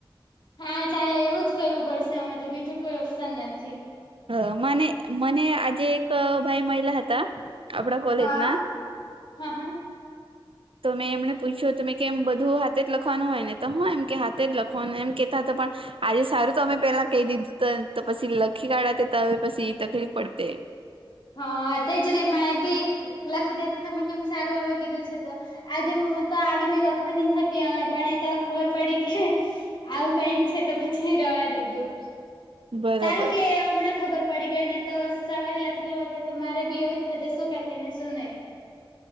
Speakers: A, on the left; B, on the right.
A: હા, ચાલે એવું જ કરવું પડશે, અમે તો બીજું કોઈ ઓપ્શન નથી.
B: હ, મને આજે એક ભાઈ મહિલા હતા. આપડા કોલેજ
A: હા,
B: ના
A: હા, હા.
B: તો મેં એમને પૂછ્યું હતું, મે કેમ બધું હાથે જ લખવાનું હોય ને? તો હ એમ કે હાથે જ લખવાનું, એમ કેહેતા હતા પણ આજે સારું, તો અમે પેલા કહી દીધું હતું, તો પછી લખી કાઢે, તે તો પછી તકલીફ પડતી.
A: હા, તેજ રેમાં એ બી લખી દે, તો તમે કેમ સારું આવે કીધું છે તો. આજે હું તો આવીને લખવાની જ હતી, અમે પણ એ તો ખબર પડી કે. આવું કંઈક છે, તો પછી રહેવા દીધું.
B: બરાબર
A: સારું કે હમણાં ખબર પડી ગઈ ને, તો સવારે. લખેલું તો મારે બી એવું જ થયું શું કેને શું નહીં?